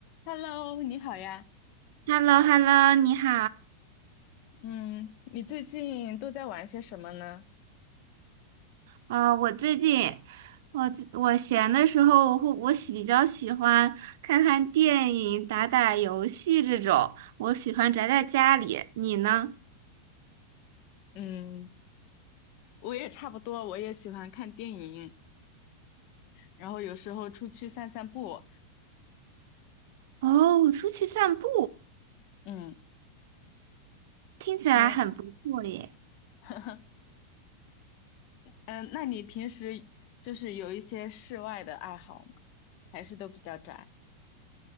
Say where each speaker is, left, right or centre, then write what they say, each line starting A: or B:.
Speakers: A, on the left; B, on the right.
A: Hello，你好呀。
B: h e l l o h e l l o 你好。
A: 嗯，你最近都在玩些什么呢？
B: 呃，我最近我我闲的时候，我会我喜比较喜欢看看电影、打打游戏这种。我喜欢宅在家里，你呢？
A: 嗯，我也差不多，我也喜欢看电影，然后有时候出去散散步。
B: 哦，我出去散步，
A: 嗯
B: 听起来很不错耶。
A: 嗯 <laughs> 嗯，呃那你平时就是有一些室外的爱好吗？还是都比较宅？